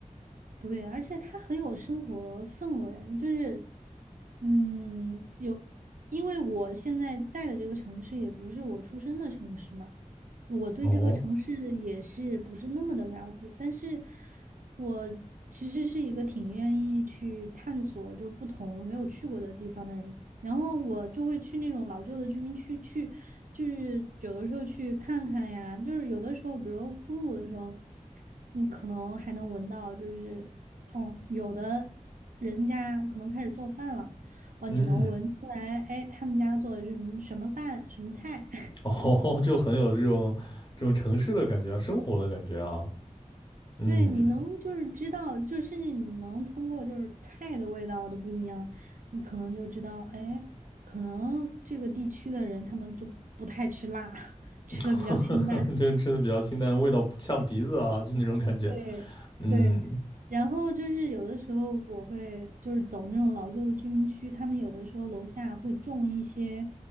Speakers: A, on the right; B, on the left.
A: 对，而且它很有生活氛围，就是，嗯，有，因为我现在在的这个城市也不是我出生的城市嘛，我对这个城市也是不是那么的了解，
B: 哦，
A: 但是我其实是一个挺愿意去探索，就是不同没有去过的地方的人。然后我就会去那种老旧的居民区去，就是有的时候去看看呀，就是有的时候，比如中午的时候，你可能还能闻到，就是哦，有的人家可能开始做饭了，哦，
B: 嗯。
A: 你能闻出来，哎，他们家做的是什么什么饭、什么菜，
B: <laughs> 哦，就很有这种这种城市的感觉啊，生活的感觉啊，嗯，
A: 对，你能就是知道，就甚至你能通过就是菜的味道都不一样，你可能就知道，哎，可能这个地区的人他们就不太吃辣，<laughs> 吃的比较清淡。
B: <laughs> 就吃的比较清淡，味道不呛鼻子啊，就那种感觉，
A: 对对，
B: 嗯
A: 然后就是有的时候我会就是走那种老旧的居民区，他们有的时候楼下会种一些，